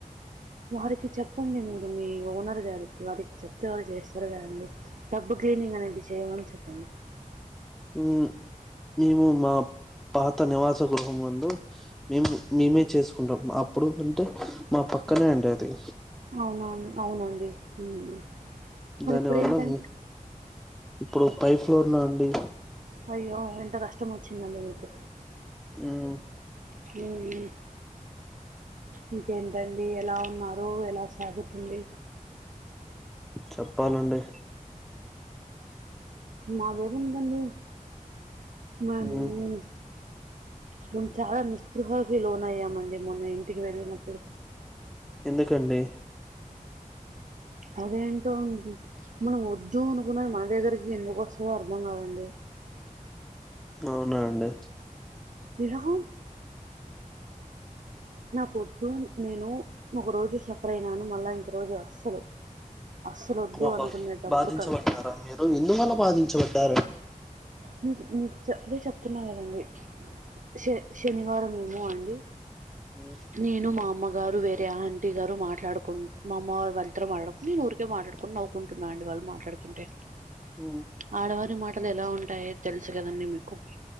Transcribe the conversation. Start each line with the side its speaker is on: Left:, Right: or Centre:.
Right: వారికి చెప్పండి మీరు మీ ఓనర్ గారికి వారికి చెప్తే వాళ్ళు చేస్తారు కదండి టబ్బు క్లీనింగ్ అనేది చెయ్యమని చెప్పండి
Centre: హ్మ్ మేము మా పాత నివాస గృహం నందు మేము మేమే చేసుకుంటాం అప్పుడు అంటే మా పక్కనే అండి అది
Right: అవునవును అవునండి హ్మ్ మరి
Centre: దాని
Right: ఇప్పుడు
Centre: వల్ల
Right: ఏంటండి
Centre: మీ ఇప్పుడు పై ఫ్లోర్లో అండి
Right: అయ్యె ఎంత కష్టం వచ్చిందండి మీకు
Centre: హ్మ్
Right: హ్మ్ హ్మ్ ఇంకేంటండి ఎలా ఉన్నారు ఎలా సాగుతుంది
Centre: చెప్పాలండి
Right: మాది ఏముందండి మాములుగానే
Centre: మ్
Right: మేము చాలా నిస్పృహకి లోను అయ్యామండి మొన్న ఇంటికి వెళ్ళినప్పుడు
Centre: ఎందుకండి
Right: అదేంటో అండి మనం వద్దు అనుకున్నది మన దగ్గరికి ఎందుకు వస్తదో అర్థం కాదండి
Centre: అవునా అండి
Right: విరహం నాకు ఒద్దు నేను ఒక రోజు సఫర్ అయినాను మళ్ళ ఇంకో రోజు అస్సలు అస్సలొద్దు
Centre: ఓహో
Right: అనుకునేటప్పుడు
Centre: బాధించబడ్డారా
Right: కాదు
Centre: మీరు ఎందువల్ల బాధించబడ్డారు
Right: మీక్ మీకు అదే చెప్తున్నా కదండి శే శనివారం ఏమో అండి
Centre: ఉ
Right: నేను మా అమ్మగారు వేరే ఆంటీ గారు మాట్లాడుకుం మా అమ్మ వాళ్ళు ఇద్దరూ మాటాడు నేను ఊరికే మాట్లాడుకొని నవ్వుకుంటున్న అండి వాల్ మాట్లాడుతుంటే
Centre: ఓ
Right: ఆడవారి మాటలు ఎలా ఉంటాయో తెలుసు కదండి మీకు